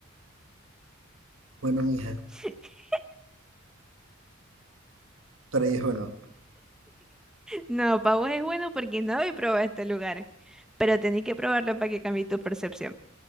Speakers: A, on the right; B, in the centre.
A: bueno, mija,
B: <laughs>
A: pero ahí es bueno.
B: No, para vos es bueno porque no habéis probado este lugar. Pero tenéis que probarlo para que cambie tu percepción.